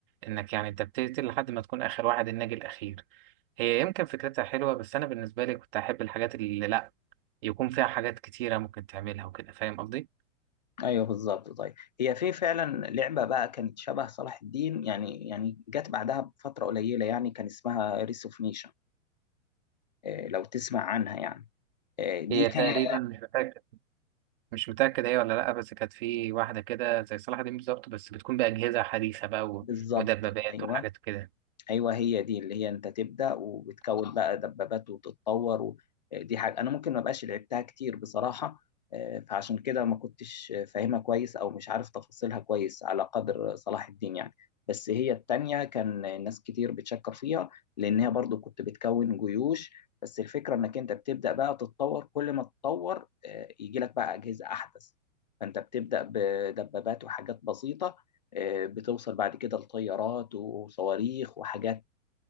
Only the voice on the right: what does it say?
إنك يعني أنت بتقتل لحد ما تكون آخر واحد الناجي الأخير هي يمكن فكرتها حلوة بس أنا بالنسبة لي كنت أحب الحاجات اللي لأ يكون فيها حاجات كتيرة ممكن تعملها وكده فاهم قصدي؟
هي
تقريبا مش متأكد مش متأكد هي ولا لأ بس كانت في واحدة كده زي صلاح دين بالظبط بس بتكون بأجهزة حديثة بقى
ومدببات
وحاجات كده